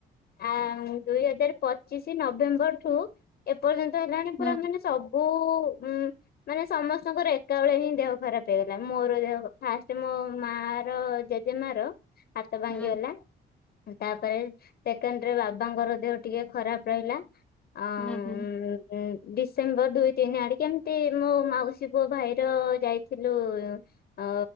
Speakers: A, on the left; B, in the centre.
A: ଆ ଦୁଇ ହଜାର ପଚିଶି ନଭେମ୍ବରଠୁ ଏପର୍ଯ୍ୟନ୍ତ ହେଲାଣି ପୁରା
B: ହୁଁ
A: ମାନେ ସବୁ ଉ ମାନେ ସମସ୍ତଙ୍କର ଏକାବେଳେ ହିଁ ଦେହ ଖରାପ ହେଇଗଲା। ମୋର ଦେହ ଫାଷ୍ଟ ମୋ ମା ର ଜେଜେ ମାର ହାତ ଭାଙ୍ଗିଗଲା।
B: ହୁଁ
A: ତାପରେ ସେକେଣ୍ଡ ରେ ବାବାଙ୍କର ଦେହ ଟିକେ ଖରାପ ରହିଲା। ଉ
B: ହୁଁ ହୁଁ
A: ଡିସେମ୍ବର ଦୁଇ ତିନି ଆଡ କେମିତି ମୋ ମାଉସୀ ପୁଅ ଭାଇର ଯାଇଥିଲୁ ଅ